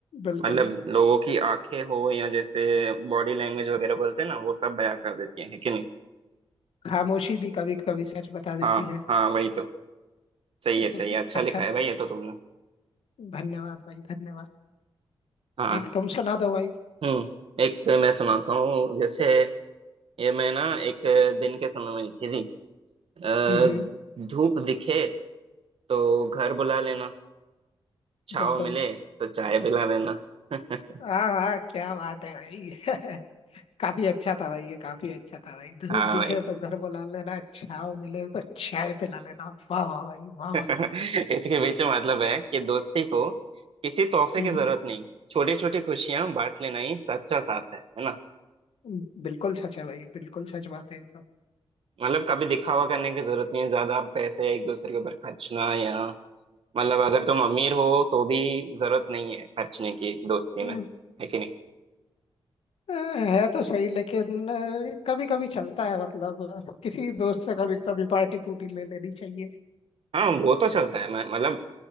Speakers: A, on the left; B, on the right.
A: बिल्कुल
B: मतलब लोगों की आंखें हो या जैसे बॉडी लैंग्वेज वगैरह बोलते हैं ना वो सब बयां कर देती हैं है कि नहीं
A: खामोशी भी कभी कभी सच बता देती
B: हाँ
A: है
B: हाँ वही तो सही
A: <laughs>
B: है सही है अच्छा
A: अच्छा
B: लिखा
A: लगा।
B: है भाई ये तो तुमने
A: धन्यवाद भाई धन्यवाद
B: हाँ
A: एक तुम सुना दो भाई
B: हम्म एक मैं सुनाता हूँ जैसे ये मैं ना एक दिन के समय में लिखी थी अ,
A: हम्म हम्म,
B: धूप दिखे तो घर बुला लेना छाव
A: बिल्कुल
B: मिले तो चाय पिला देना <laughs>
A: हाँ हाँ क्या बात है भाई <laughs> काफी अच्छा था भाई ये काफी अच्छा था भाई धूप
B: हाँ
A: दिखे
B: भाई
A: तो घर बुला लेना छाव मिले तो चाय पिला लेना वाह वाह भाई वाह
B: <laughs>
A: वाह
B: इसके पीछे मतलब है कि दोस्ती को किसी तोहफे
A: हम्म
B: की जरूरत नहीं छोटी छोटी खुशियां बांट लेना ही सच्चा साथ है है ना
A: हम्म, बिल्कुल सच है भाई बिल्कुल सच बात है ये
B: मतलब कभी दिखावा करने की जरूरत नहीं है ज्यादा पैसे एक दूसरे के ऊपर खर्चना या मतलब अगर तुम अमीर हो तो भी जरूरत नहीं है खर्चने की दोस्ती
A: तो
B: में है कि नहीं
A: अ, है तो सही लेकिन कभी कभी चलता है मतलब किसी दोस्त से कभी कभी पार्टी पूटी ले लेनी चाहिए
B: हाँ वो तो चलता है मैं मतलब